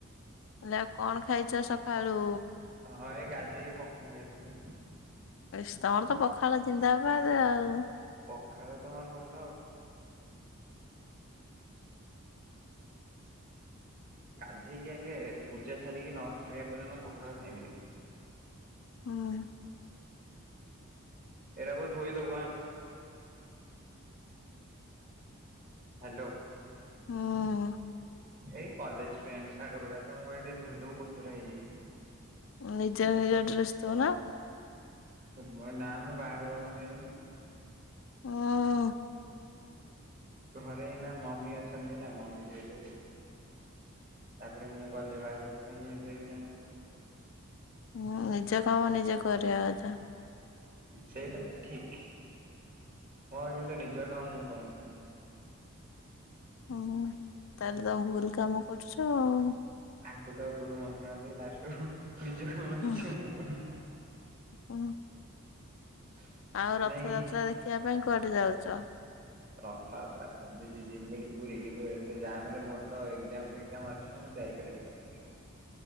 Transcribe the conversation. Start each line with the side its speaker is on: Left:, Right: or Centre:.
Left: ହେଲେ ଆଉ କଣ ଖାଇଛ ସକାଳୁ?
Right: ହଁ ଏଇ ଗାଧେଇକି ପଖାଳ ଖାଇଥିଲି ଆଉ।
Left: ସ ତମରତ ପଖାଳ ଜିନ୍ଦାବାଦ୍ ଆଉ।
Right: ପଖାଳତ ମୋର ଭଲ ଆଉ। ଗାଧେଇକି ଆଗେ ପୂଜା ସାରିକି ନସାରିବା ପର୍ଯ୍ୟନ୍ତ ପଖାଳ ଖାଇମିନି।
Left: ହଁ।
Right: ଏରା ବୋଉ ଧୋଇଦବୁ ଆଁ। ହାଲୋ।
Left: ହଁ।
Right: ଏଇ କଲେଜ୍ ପ୍ୟାଣ୍ଟ ସାର୍ଟ ଗୁଡ଼ାକ ମୁଁକହିଲି ଟିକେ ଧୋଇଦବୁ କୋତରା ହେଇଯାଇଚି।
Left: ନିଜ ନିଜ ଡ୍ରେସ୍ ଧୋଉନ?
Right: ଏ ବ ନାଁ ମୁଁ ବାହାରୁ ଗଲେ ଧୋଇମିନା।
Left: ଉଃ।
Right: ଘରେ ଏଇନା ମମି ଅଛନ୍ତି ନା ମମି ଦେଇ ଦେବେ। ତାପରେ ମୁଁ ଗଲେ ବାହାରକୁ ମୁଁ ବି ନିଜେ ଦେବି ନା ନାଇ।
Left: ହଁ ନିଜ କାମ ନିଜେ କରିବା କଥା।
Right: ସେଇଟା ତ ଠିକ୍। ମୋର କିନ୍ତୁ ନିଜ କାମ ମୁଁ କରୁନି।
Left: ଓହୋ ତାହେଲେ ତମେ ଭୁଲ କାମ କରୁଛ ଆଉ।
Right: ଆକୁ ତାକୁ ଗୁରୁ ମନ୍ତ୍ରଣା ଦେଇ ଲାଷ୍ଟକୁ ନିଜ କାମ
Left: ହଁ।
Right: ନିଜେ ମୁଁ କରନି।
Left: ହୁଁ
Right: <inaudible>
Left: ଆଉ ରଥଯାତ୍ରା
Right: ନାଇଁ କି?
Left: ଦେଖିବା ପାଇଁ କୁଆଡେ ଯାଉଚ?
Right: ରଥଯାତ୍ରା ଭାବୁଚି ଯିମ ବୋଲି ପୁରୀ କିନ୍ତୁ ଏତେ ଜାମରେ ମୋର ତ ଏଗଜାମ ଫେଗଜାମ ଅଛି। ତ ମୁଁ ଯାଇପାରିବିନି।